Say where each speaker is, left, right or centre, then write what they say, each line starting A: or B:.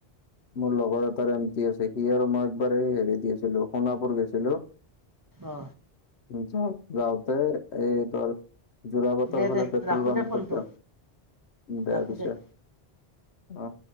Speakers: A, on the left; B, on the right.
A: মোৰ লগৰ এটাৰ এমটি আছে, সি আৰু মই একবাৰ এই হেৰিত গেছিলো সোণাপুৰ গৈছিলো।
B: অ
A: <inaudible> যাওতে এই তোৰ জোৰা বাটৰ
B: দে
A: ফালে
B: দে
A: পেট্ৰল
B: ৰাখো
A: পাম্পটোতো
B: দে ফোনটো
A: বেয়া
B: ৰাখো
A: পিছে।
B: দে
A: অহ।